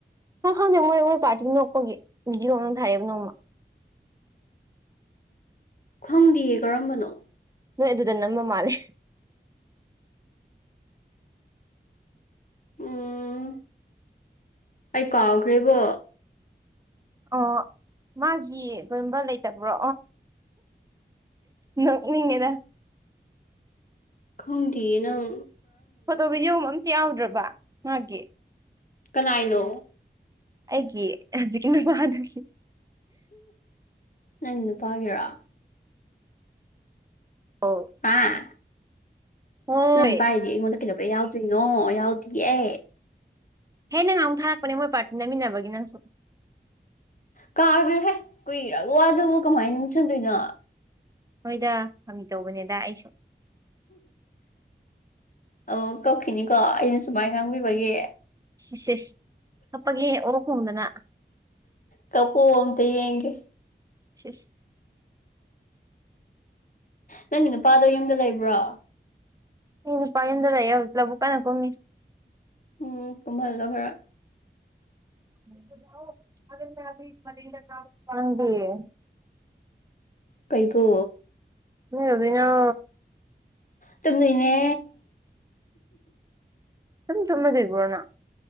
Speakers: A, on the right; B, on the left.
A: ꯍ ꯈꯪꯗꯦ ꯃꯣꯏ ꯃꯣꯏ ꯄꯥꯔꯇꯤ ꯅꯣꯛꯄꯒꯤ ꯅꯣꯛꯄꯒꯤ ꯕꯤꯗꯤꯑꯣ ꯑꯃꯥ ꯊꯥꯔꯛꯑꯦ ꯅꯣꯡꯃ
B: ꯈꯪꯗꯤꯌꯦ ꯀꯔꯝꯕꯅꯣ
A: ꯅꯣꯏ ꯑꯗꯨꯗ ꯅꯝꯃ ꯃꯥꯜꯂꯦ
B: ꯎꯝ ꯑꯩ ꯀꯥꯎꯈ꯭ꯔꯦꯕꯣ
A: ꯑꯣ ꯃꯥꯒꯤ ꯀꯝꯕ ꯂꯩꯇꯕ꯭ꯔꯣ ꯅꯅꯤꯡꯦꯗ
B: ꯈꯪꯗꯤꯌꯦꯅꯪ
A: ꯐꯣꯇꯣ ꯚꯤꯗꯤꯑꯣ ꯑꯝꯇ ꯌꯥꯎꯗ꯭ꯔꯕ ꯃꯥꯒꯤ
B: ꯀꯅꯥꯅꯣ
A: ꯑꯩꯒꯤ ꯍꯧꯖꯤꯛ ꯀꯅ ꯃꯥ ꯑꯗꯨꯦ
B: ꯅꯪ ꯅꯨꯄꯥꯒꯤꯔꯣ
A: ꯑꯣ
B: ꯑꯥ
A: ꯍꯣꯏ
B: ꯅꯪ ꯅꯨꯄꯥꯏꯗꯤ ꯑꯩꯉꯣꯟꯗ ꯀꯩꯗꯧꯕꯩ ꯌꯥꯎꯗꯨꯏꯅꯣ ꯌꯥꯎꯗꯤꯌꯦ
A: ꯍꯦꯅ ꯉꯍꯥꯟꯃꯨꯛ ꯊꯥꯔꯛꯄꯅꯦ ꯃꯣꯏ ꯄꯣꯔꯇꯤ ꯅꯝꯃꯤꯟꯅꯕꯒꯤ ꯅꯪꯁꯨ
B: ꯀꯥꯈꯒ꯭ꯔꯦꯍꯦ ꯀꯨꯏꯔꯕ ꯋꯥꯗꯨꯨꯕꯨ ꯀꯃꯥꯏꯅ ꯅꯤꯡꯁꯤꯡꯗꯨꯏꯅꯣ
A: ꯍꯣꯏꯗ ꯐꯥꯒꯤ ꯇꯧꯕꯅꯦꯗ ꯑꯩꯁꯨ
B: ꯑꯃꯨꯛ ꯀꯞꯈꯤꯅꯤꯀꯣ ꯑꯩꯅ ꯁꯨꯃꯥꯏ ꯉꯥꯡꯕꯤꯕꯒꯤ
A: ꯏꯁ ꯏꯁ ꯀꯞꯄꯒꯦꯍꯦ ꯑꯣꯛ ꯈꯣꯡꯗꯅ
B: ꯀꯞꯄꯨ ꯑꯝꯇ ꯌꯦꯡꯒꯦ
A: ꯁꯦꯁ
B: ꯅꯪꯒꯤ ꯅꯨꯄꯥꯗꯣ ꯌꯨꯝꯗ ꯂꯩꯕ꯭ꯔꯣ
A: ꯑ ꯄꯥꯏꯟꯗ ꯂꯩ ꯌꯥꯎꯖꯤ ꯂꯕꯨ ꯀ ꯅ ꯀꯣꯃꯤ
B: ꯎꯝ ꯀꯣꯨꯡꯚꯜꯗ ꯈꯔ
A: ꯗ
B: ꯀꯩꯕꯨ
A: ꯎ ꯑꯗꯨꯗꯅꯣ
B: ꯇꯅꯅꯦ
A: ꯁꯨꯝ ꯆꯨꯝꯃꯗꯕ꯭ꯔꯣꯅ